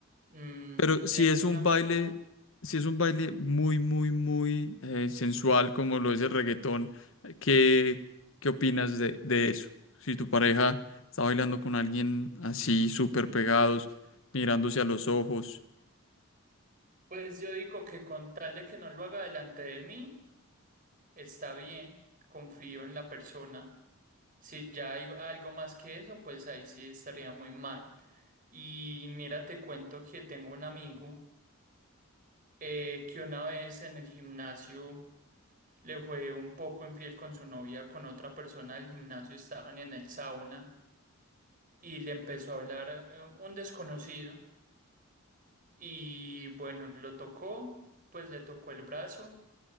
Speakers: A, on the right (about 40°); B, on the left (about 60°).
A: Mm,
B: Pero si
A: tengo
B: es
A: un
B: un
A: amigo,
B: baile, si es un baile muy, muy, muy eh, sensual como lo es el reggaetón, ¿qué, qué opinas de, de eso? Si tu pareja está bailando con alguien así, súper pegados, mirándose a los ojos,
A: pues yo digo que con tal de que no lo haga delante de mí, está bien, confío en la persona. Si ya hay algo más que eso, pues ahí sí estaría muy mal. Y mira, te cuento que tengo un amigo eh, que una vez en el gimnasio le fue un poco infiel con su novia, con otra persona del gimnasio, estaban en el sauna y le empezó a hablar eh, un desconocido y bueno, lo tocó, pues le tocó el brazo